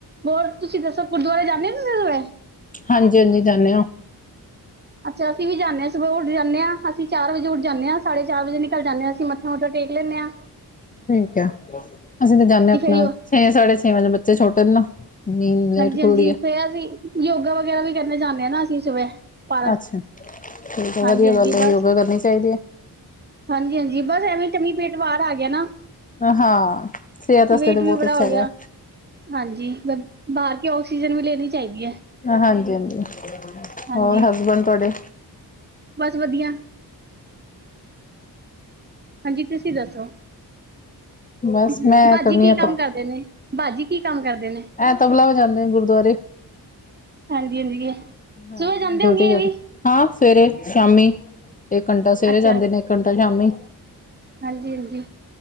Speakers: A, on the right; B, on the left.
A: ਹੋਰ ਤੁਸੀ ਦੱਸੋ, ਗੁਰਦੁਆਰੇ ਜਾਂਦੇ ੳ ਤੁਸੀ ਸਵੇਰੇ?
B: ਹਾਂਜੀ ਹਾਂਜੀ ਜਾਨੇ ਆ।
A: ਅੱਛਾ ਅਸੀ ਵੀ ਜਾਨੇ ਆ, ਸੁਬਹ ਉਠ ਜਾਨੇ ਆ ਅਸੀ ਚਾਰ ਵਜੇ ਉੱਠ ਜਾਨੇ ਆ, ਸਾਢੇ ਚਾਰ ਵਜੇ ਨਿਕਲ ਜਾਣੇ ਆ ਅਸੀ ਮੱਥਾ ਮੁਥਾ ਟੇਕ ਲੈਨੇ ਆ।
B: ਠੀਕ ਆ। ਅਸੀ ਤਾਂ ਜਾਂਦੇ ਅਪਨਾ
A: ਯੋ
B: ਛੇ- ਸਾਢੇ ਛੇ ਵਜੇ, ਬੱਚੇ ਛੋਟੇ ਨੇ ਨਾ। ਨੀਂਦ ਲੇਟ
A: ਹਾਂਜੀ
B: ਖੁੱਲਦੀ
A: ਹਾਂਜੀ
B: ਹੈ
A: ਫੇਰ ਅਸੀ ਯੋਗਾ ਵਗੈਰਾ ਵੀ ਕਰਨ ਜਾਨੇ ਆ ਨਾ ਅਸੀ ਸੁਬਏ ਪਾਰਕ।
B: ਅੱਛਾ ਠੀਕ ਆ
A: ਹਾਂਜੀ
B: ਵਧੀਆ
A: ਹਾਂਜੀ
B: ਗੱਲ ਏ,
A: ਬਸ
B: ਯੋਗਾ ਕਰਨੀ ਚਾਈਦੀ ਏ।
A: ਹਾਂਜੀ ਹਾਂਜੀ ਬਸ ਐਵੇਂ ਟਮੀ ਪੇਟ ਬਾਹਰ ਆ ਗਿਆ ਨਾ।
B: ਹ ਹਾਂ ਸੇਹਤ ਅਸਤੇ
A: ਵੇਟ
B: ਤੇ
A: ਵੀ
B: ਬੋਤ
A: ਬੜਾ
B: ਅੱਛਾ
A: ਹੋ
B: ਹੈਗਾ।
A: ਗਿਆ ਹਾਂਜੀ ਬ ਬਾਹਰ ਕੀ ਆਕਸੀਜਨ ਵੀ ਲੈਣੀ ਚਾਈਦੀ ਐ।
B: ਹਾਂਜੀ ਹਾਂਜੀ,
A: ਹਾਂਜੀ
B: ਹੋਰ ਹਸਬੈਂਡ ਤੁਹਾਡੇ?
A: ਬਸ ਵਧੀਆ। ਹਾਂਜੀ ਤੁਸੀ ਦੱਸੋ?
B: ਬਸ
A: ਬ
B: ਮੈਂ
A: ਬਾਜੀ
B: ਕਰਨੀ
A: ਕੀ
B: ਆ
A: ਕੰਮ
B: ਕ
A: ਕਰਦੇ ਨੇ, ਬਾਜੀ ਕੀ ਕੰਮ ਕਰਦੇ ਨੇ।
B: ਐ ਤਬਲਾ ਵਜਾਉਦੇ ਨੇ ਗੁਰਦੁਆਰੇ।
A: ਹਾਂਜੀ -ਹਾਂਜੀ
B: ਹਾਂ
A: ਸੁਬਹ ਜਾਂਦੇ
B: ਡਿਊਟੀ
A: ਹੋਗੇਂ
B: ਕਰਦੇ
A: ਇਹ ਵੀ।
B: ਹਾਂ, ਸਵੇਰੇ -ਸ਼ਾਮੀ ਇੱਕ ਘੰਟਾਂ ਸਵੇਰੇ
A: ਅੱਛਾ
B: ਜਾਂਦੇ ਨੇ ਇੱਕ ਘੰਟਾਂ ਸ਼ਾਮੀ।
A: ਹਾਂਜੀ- ਹਾਂਜੀ,